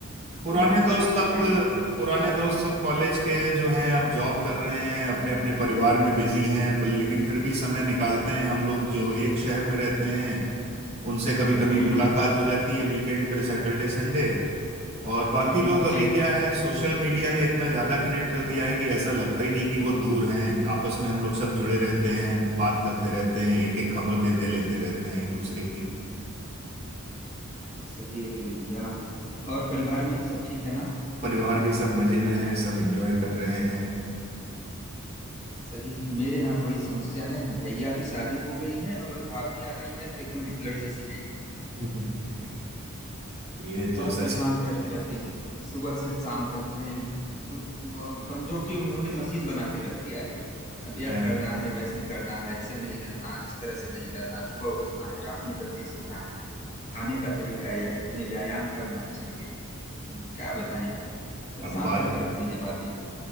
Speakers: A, on the right; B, on the left.
A: पुराने
B: हुआ जो
A: दोस्त
B: कॉलेज
A: अब
B: की फ्रेंड में हम सबके
A: पुराने
B: साथ
A: दोस्त
B: थी।
A: सब कॉलेज के जो हैं अब जॉब कर रहे हैं अपने अपने परिवार में बिजी हैं पर लेकिन फिर भी समय निकालते हैं हम लोग जो एक शहर में रहते हैं उनसे कभी कभी
B: हम्म
A: मुलाकात
B: हम्म
A: हो जाती है वीकेंड पे सैटरडे संडे और बाकी
B: हम्म
A: लोग
B: हम्म,
A: अभी
B: जी
A: क्या है सोशल मीडिया ने इतना ज्यादा कनेक्ट कर दिया है कि ऐसा लगता ही नहीं कि वो दूर हैं आपस में हम लोग सब जुड़े रहते हैं बात करते रहते हैं एक एक खबर देते लेते रहते हैं एक दूसरे की
B: सही है मेरे भैया और परिवार में सब ठीक है ना
A: परिवार भी सब मजे में है सब एंजॉय कर रहे हैं
B: सही है मेरे यहाँ थोड़ी समस्या है भैया की शादी हो गई है और भाभी आई है तो एकदम हिटलर जैसी हैं
A: <laughs> ये तो
B: यार
A: सच
B: परेशान करके रखती हैं सुबह से शाम तक उन्हें उन, वो- समझो कि उन्होंने मशीन बना के रख दिया है अब यह
A: अ,
B: करना है वैसे करना है ऐसे नहीं रहना इस तरह से नहीं रहना सुबह उठना है रात में जल्दी सोना है खाने का तरीका यह है तुम्हें व्यायाम करना चाहिए अब क्या बताएं परेशान
A: अब बात
B: करके रख दी हैं बातें